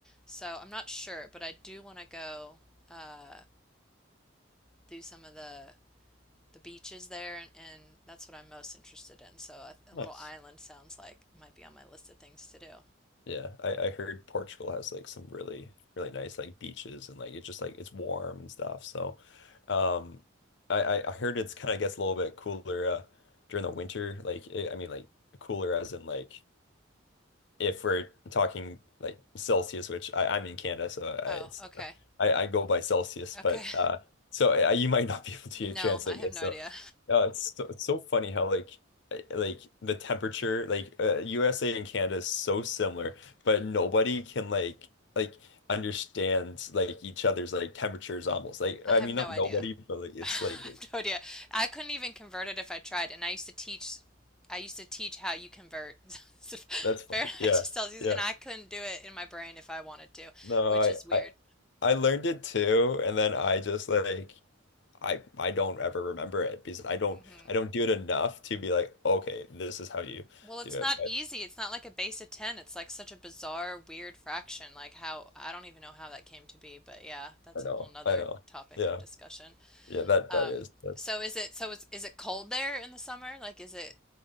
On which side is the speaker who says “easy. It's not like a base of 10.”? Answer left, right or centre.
Centre